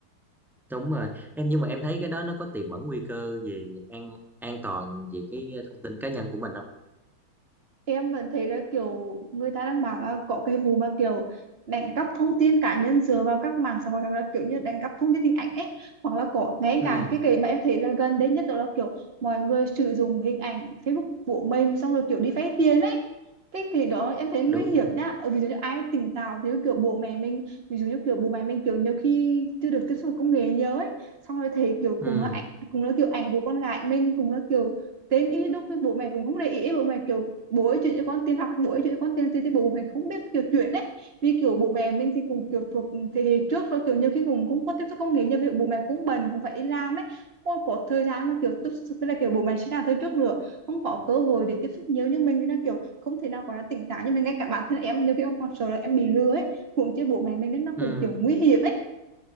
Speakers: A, in the centre; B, on the right (about 30°).
A: đúng rồi em nhưng mà em thấy cái đó nó có tiềm ẩn nguy cơ về an an toàn về cái thông tin cá nhân của mình không
B: em vẫn thấy là kiểu người ta đang bảo là có cái vụ mà kiểu đánh cắp thông tin cá nhân dựa vào các mạng xã hội hoặc là kiểu như đánh cắp thông tin hình ảnh ấy hoặc là có ngay
A: ừ,
B: cả cái cái mà em thấy là gần đây nhất đó là kiểu mọi người sử dụng hình ảnh Facebook của mình xong rồi kiểu đi vay tiền ấy cái kỳ đó em thấy nguy
A: đúng
B: hiểm
A: rồi
B: nhá Ờ, ví dụ như ai tỉnh táo thì kiểu bố mẹ mình ví dụ như kiểu bố mẹ mình kiểu nhiều khi chưa được tiếp xúc với công nghệ nhiều ấy xong rồi thì kiểu
A: ừ,
B: cùng là ảnh cùng là kiểu ảnh của con gái mình cùng là kiểu tên ý đúc với bố mẹ cũng không để ý bố mẹ kiểu bố ấy chuyển cho con tiền học bố ấy chuyển cho con tiền thì, thì bố phải không biết kiểu chuyển đấy vì kiểu bố mẹ mình thì cũng kiểu thuộc thế hệ trước rồi kiểu nhiều khi cũng không có tiếp xúc công nghệ như vậy bố mẹ cũng bần cũng phải đi làm ấy không có thời gian mà kiểu tiếp xúc tức là kiểu bố mẹ sinh ra thời trước nữa không có cơ hội để tiếp xúc nhiều như mình nên là kiểu không thể nào gọi tỉnh táo nhưng mà ngay cả bản thân em nhiều khi em còn sợ là em bị lừa ấy huống chi bố mẹ mình nên nó
A: ừ.
B: cũng kiểu nguy hiểm ấy